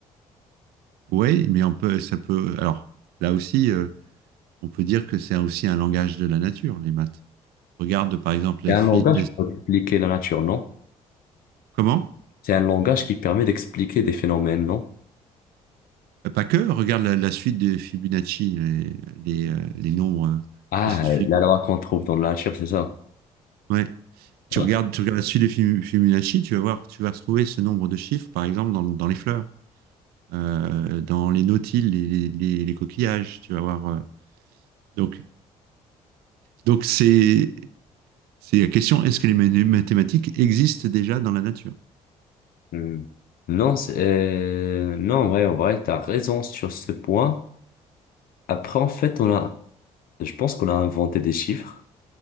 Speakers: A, on the right (about 60°); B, on the left (about 55°).
A: ouais, mais on peut, ça peut. Alors, là aussi. euh, on peut dire que c'est aussi un langage de la nature, les maths. Regarde par exemple la,
B: C'est un
A: fi-
B: langage pour expliquer la nature, non?
A: comment
B: C'est un langage qui permet d'expliquer des phénomènes, non?
A: Euh, Pas que, regarde la, la suite de Fibonacci, les, les, euh, les nombres euh,
B: Ah,
A: qui se suivent.
B: la loi qu'on trouve dans la nature, c'est ça.
A: Ouais. Tu
B: Ouais.
A: regardes, tu regardes la suite de Fi- Fibonacci, tu vas voir, tu vas retrouver ce nombre de chiffres, par exemple, dans, dans les fleurs, euh, dans les nautiles, les, les- les- les coquillages, tu vas voir. euh. donc, donc c'est, c'est la question, est-ce que les mané- mathématiques existent déjà dans la nature?
B: Hmm. Non, c'est- euh, non, en vrai, en vrai, t'as raison sur ce point. Après, en fait, on a, je pense qu'on a inventé des chiffres